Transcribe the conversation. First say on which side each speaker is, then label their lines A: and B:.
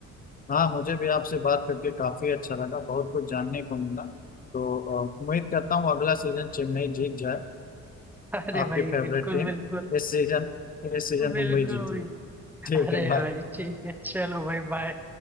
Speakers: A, on the left; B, in the centre.
A: हाँ मुझे भी आपसे बात करके काफी अच्छा लगा बहुत कुछ जानने को मिला तो अ, उम्मीद करता हूँ अगला सीजन चेन्नई जीत जाए
B: अरे
A: आपकी
B: भाई
A: फेवरेट
B: बिल्कुल
A: टीम
B: बिल्कुल
A: इस सीजन इस सीजन
B: बिल्कुल
A: मुंबई जीती है
B: भाई
A: ठीक
B: अरे
A: है बाय
B: भाई ठीक है चलो भाई बाय